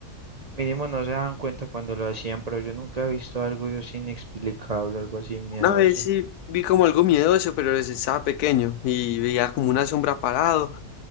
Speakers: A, on the right; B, on the left.
A: Mínimo no se daban cuenta cuando lo hacían, pero yo nunca he visto algo yo así inexplicable, algo así miedoso.
B: Una vez sí vi como algo miedoso, pero pues, estaba pequeño y veía como una sombra parado.